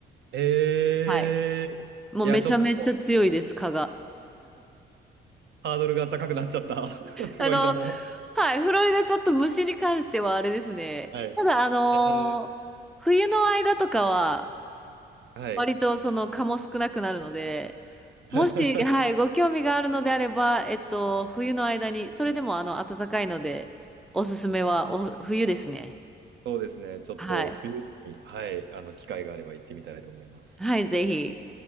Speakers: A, on the right; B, in the centre.
A: えー、
B: はい。もうめちゃめちゃ強いです、
A: いや、ちょっと
B: 蚊が。
A: ハードルが高くなっちゃった。<laughs> フロリダの。
B: あの、はい、フロリダちょっと虫に関してはあれですね。
A: はい。
B: ただ、あのー冬の間とかは、
A: えー、はい。
B: 割とその蚊も少なくなるので、もし、
A: <laughs>
B: はい、ご興味があるのであれば、えっと、冬の間に、それでもあの、暖かいので、おすすめはお、冬ですね。
A: そうですね。ちょっと冬に、
B: はい。
A: はい、あの、機会があれば行ってみたいと思います。
B: はい、ぜひ。